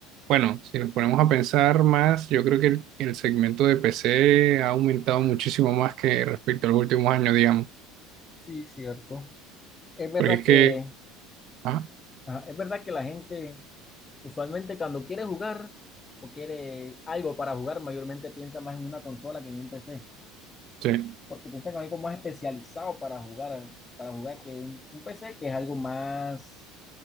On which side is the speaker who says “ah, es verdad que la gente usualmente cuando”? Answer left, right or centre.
Left